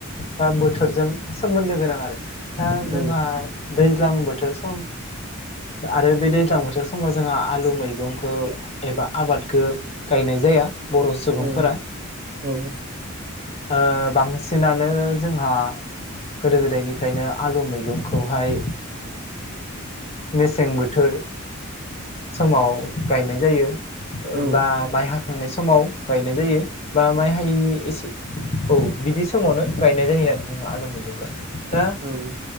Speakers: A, on the left; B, on the right.
A: बा बोथोरजों सोमोन्दो गोनां आरो दा
B: औ
A: जोंहा दै दैज्लां बोथोर सम आरो बे दैज्लां बोथोर समाव जोंहा आलु मैगंखौ एबा आबादखौ गायनाय जाया बर' सुबुंफोरा
B: औ औ
A: ओ बांसिनानो जोंहा गोदो गोदायनिफ्रायनो आलु मैगंखौहाय मेसें बोथोर समाव गायनाय जायो
B: औ
A: बा माइ हाखांनाय सम समाव गायनाय जायो बा माइ हायिनि एसे औ बिदि समावनो गायनाय जायो आरो जोंहा आलु मैगंखौ दा
B: औ